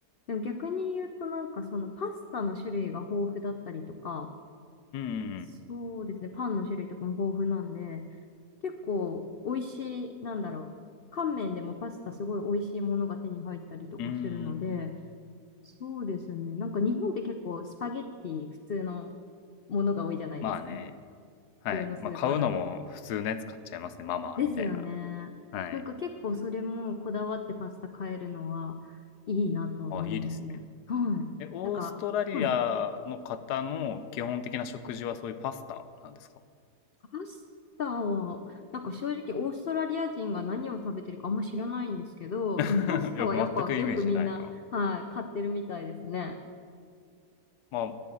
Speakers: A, on the left; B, on the left.
A: でも逆に言うとなんかそのパスタの種類が豊富だったりとか、
B: うんうん
A: そうですね、パンの種類とかも豊富なんで、結構美味しい、なんだろう。乾麺でもパスタすごい美味しいものが手に入ったりとかするので、
B: うん。うーん。
A: そうですね。なんか日本って結構スパゲッティ普通のものが多いじゃないですか。
B: まあね。はい。
A: 普通のスーパーだと。
B: まあ買うのも普通のやつ買っちゃいますね。ママみたいな。
A: ですよね。
B: はい。
A: なんか結構それもこだわってパスタ買えるのはいいなとは思いますね。
B: あ、いいですね。
A: はい。
B: え、オーストラリアの方の基本的な食事はそういうパスタなんですか？
A: なんか、はい。パスタは、なんか正直オーストラリア人が何を食べてるかあんま知らないんですけど、
B: <laughs> い
A: でもパスタはやっぱよくみんな、
B: や、全くイメージないな。
A: はい、買ってるみたいですね。
B: まあ、